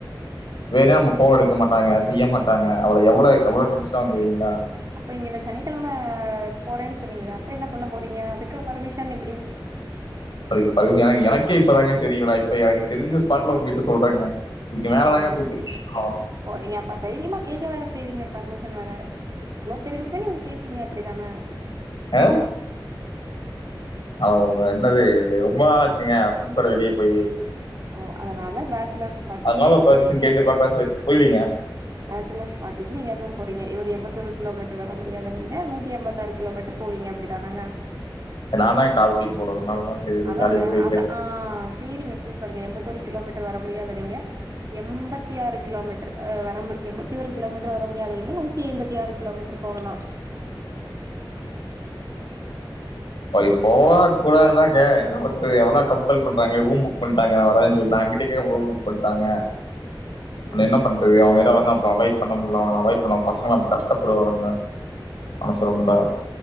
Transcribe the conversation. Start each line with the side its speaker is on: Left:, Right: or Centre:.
Left: வேணம் நம்ம ஃபோன் எடுக்க மாட்டாங்க செய்ய மாட்டாங்க அவ்ளோ எவ்வளோ எவ்ளோ டென்ஷனாவு தெரியுங்களா
Right: அப்ப இங்க இந்த சனிக்கெழம போறேன்னு சொன்னீங்கிறே அப்ப என்ன பண்ண போறீங்க அதுக்கு பர்மிஷன் எப்புடி
Left: பர் பர்மி எனக்கு எனக்கே இப்பதாங்க தெரியும் நா இப்ப எனக்கு தெரிஞ்ச ஸ்பாட்ல உங்ககிட்ட சொல்றேங்க நீங்க வேறதாங்க
Right: ஆ
Left: கூப்ட்றுக்கீங்ளோ
Right: ஓ நீங்க அப்ப தைரியமா கேட்க வேற செய்வீங்க பர்மிஷன் வேற இவ்ளோ தெரிஞ்சுமே நீங்க கே ப்பிங்க அப்டிதான
Left: அ ஆ உங்க என்னது ரொம்ப நாாளாச்சுங்க ஃப்ரெண்ட்ஸோட வெளியே போயி
Right: ஓ அதனால பேச்சுலர்ஸ் பாட்டிக்கு
Left: அதனால
Right: நீங்க
Left: பர்மிஷன்
Right: போறீங்க
Left: கேட்டு பாக்கலாம் சொல்லி புரியலீங்க
Right: பேச்சலர்ஸ் பாட்டிக்கு நீங்க அதுவு போறீங்க ஒரு எப்போத்தோரு கிலோமீட்டர் வர முடியாத நீங்க நூத்தி எம்பத்தாறு கிலோமீட்டர் போவீங்க அப்டி தானாங்க
Left: நான் தான் என் கார் ஓட்டிட்டு போல அதனாலதான் சரி
Right: அதாங்க
Left: ஜாலியா போயிட்டு
Right: அதா ஆ சரிங்க சு ப்பருங்க எம்பத்தோரு கிலோமீட்டர் வர முடியாத நீங்க எம்பத்தி ஆறு கிலோமீட்டர் அ வர எம்பத்தி ஒரு கிலோமீட்டர் வர முடியாதீங்க நூத் தி எம்பத்தி ஆறு கிலோமீட்டர் போகலா
Left: அ இப் போக கூடாதாங்க என்ன பண்ணறது எவ்வளா கம்பல் பண்றாங்க ரூம் புக் பண்ணிட்டாங்க நா வரேன்னு சொன்னா நா இங்கிட் டே ரூம் புக் பண்ட்டாங்க நம்ம
Right: ம்
Left: என்ன பண்றது அவங்ககிட வந்து அப்பற அவாய்ட் பண்ண முடியல அவங்கள அவாய்ட் பண்ண பசங்கள அப்பற கஷ்டப்படுவாங்க மனசு ரொம்ப